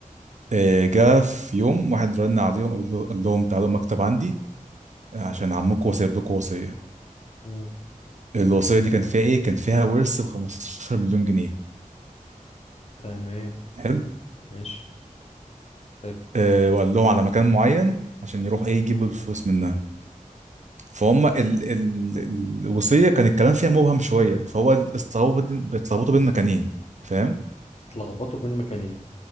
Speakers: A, on the right; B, on the left.
A: إيه، جه في يوم واحد رن عليهم قال له- قال لهم تعالوا مكتب عندي عشان عمكم وسايب لكم وصيه
B: مم.
A: الوصيه دي كان فيها ايه كان فيها ورث ب 15 مليون جنيه
B: تمام
A: حلو
B: ماشي حلو
A: إيه، وقال لهم على مكان معين عشان يروح ايه يجيبوا الفلوس منها فهم ال ال الوصيه كان الكلام فيها مبهم شويه فهو استلخبط- اتلخبطوا بين مكانين فاهم
B: اتلخبطوا بين مكانين